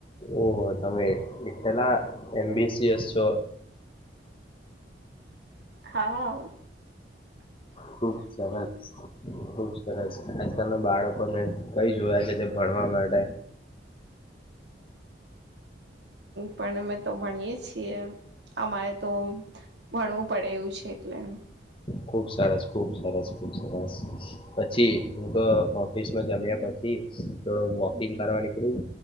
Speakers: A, on the left; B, on the right.
A: ઓ હો તમે પેલા એમબીસીએસ છો.
B: હા.
A: ખુબ સરસ ખુબ સરસ આજકાલ ના બાળકોને કઈ જોયા છે તે ભણ આવા માટે
B: પણમે તો ભણીએ છીએ. અમારે તો ભણવું પડે એવું છે એટલે
A: ખુબ સરસ ખુબ સરસ ખુબ સરસ પછી હું તો ઓફિસમાં જમ્યા પછી થડ વોકિંગ કરવા નીકળું